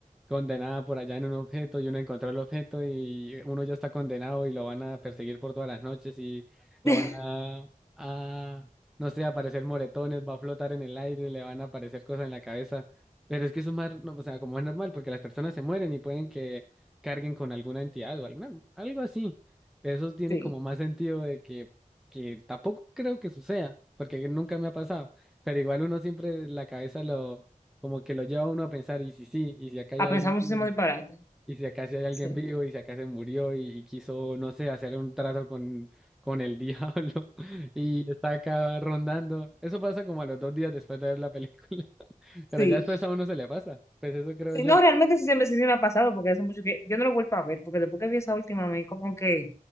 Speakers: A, in the centre; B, on the left.
A: condenada por allá en un objeto y uno encontró el objeto y uno ya está condenado y lo van a perseguir por todas las noches y lo
B: <laughs>
A: van a, a no sé, aparecer moretones, va a flotar en el aire, le van a aparecer cosas en la cabeza. Pero es que eso es más, no, o sea, como es normal, porque las personas se mueren y pueden que carguen con alguna entidad o alguna, algo así. Eso tiene
B: Sí,
A: como más sentido de que que tampoco creo que suceda, porque nunca me ha pasado, pero igual uno siempre la cabeza lo, como que lo lleva a uno a pensar, y si sí, y si acá hay
B: a
A: alguien
B: pensar muchísimo
A: vivo,
B: disparate.
A: y si acá sí hay alguien
B: Sí,
A: vivo, y si acá se murió y, y quiso, no sé, hacer un trato con, con el <laughs> diablo, y está acá rondando. Eso pasa como a los dos días después de ver la película, <laughs> pero
B: sí.
A: ya después a uno se le pasa, pues eso creo
B: Sí,
A: yo.
B: no, realmente sí siempre sí se me ha pasado, porque hace mucho que yo no lo vuelvo a ver, porque después que vi esa última, me como que,